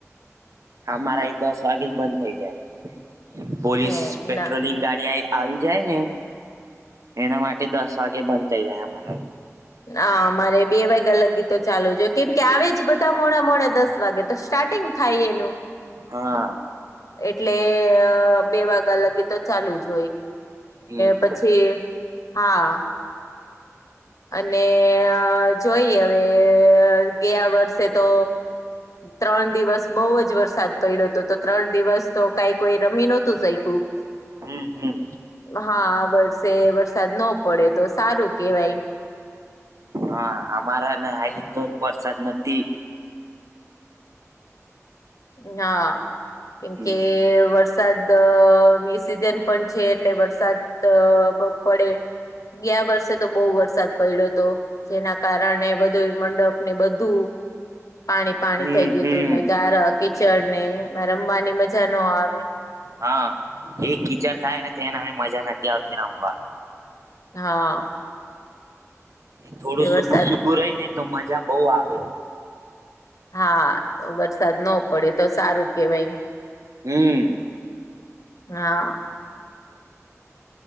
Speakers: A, on the right (about 70°); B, on the left (about 80°).
A: અમારે એ દસ વાગે જ બંધ થઇ જાય પોલીસ
B: હે
A: પેટ્રોલિંગ
B: ના
A: ગાડી આય આવી જાય ને એના માટે દસ વાગે બંધ થઇ જાય અમારા
B: હા મારે બે વાગે લયગી તો ચાલુ જો કેમ કે આવે જ બધા મોડા મોડા દસ વાગે તો સ્ટાર્ટિંગ થાઈ એનું
A: હા
B: એટલે બે વાગ્યા લગી તો ચાલુ જ
A: હમ
B: પછી હા અને જોઈએ હવે ગયા વર્ષે તો ત્રણ દિવસ બહુ જ વરસાદ પડ્યો તો તો ત્રણ દિવસ તો કાંઈ કોઈ રમી નતું સઈકું
A: હમ્મ હમ્મ.
B: હા, આ વરસેે વરસાદ નો પડે તો સારું કેવાય.
A: હા, અમારાને અહી તો વરસાદ નથી.
B: ના કેમકે
A: હમ
B: વર સાદની સિઝન પણ છે એટલે વરસાદ પડે ગયા વર્ષે તો બહુ વરસાદ પયડો તો. જેના કારણે બધુંય મંડપને બધું પાણી પાણી
A: હમ
B: થઈ ગયું
A: હમ
B: તું ને ગાર, કીચડને એમાં રમવાની મજા નો આવે.
A: હા, એ કીચડ થાય ને તેના મય મજા નથી આવતી રમવા
B: હા.
A: થોડું
B: એટલે
A: સુકું
B: વરસાદ
A: સુકું રહીને તો મજા બઉ આવે.
B: હા, તો વરસાદ ન પડે તો સારું કેવાય.
A: હમ્મ.
B: હા.